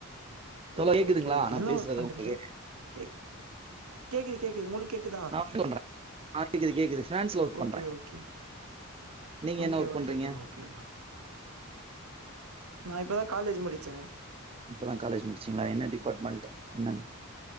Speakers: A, on the right; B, on the right.
A: தோழா
B: ஓ
A: கேக்குதுங்களா
B: ஓகே ஓகே
A: நா
B: என்ன
A: பேசறது
B: ஒர்க் பண்றீங்க
A: ஒங்களுக்கு
B: கேக் கேக்குது கேக்குது உங்களுக் கேக்குதா
A: நா பண்றே ஆ கேக்குது கேக்குது பிரான்ஸ்ல ஒர்க் பண்றே
B: ஓகே ஓகே
A: நீங்க
B: ஓகே
A: என்ன ஒர்க்
B: ஓகே
A: பண்றீங்க
B: ப்ரோ ஓகே ப்ரோ நா இப்பதா காலேஜி முடிச்ச
A: இப்பதா காலேஜி முடிச்சிங்கிளா என்ன டிபாட்மெண்ட் என்ன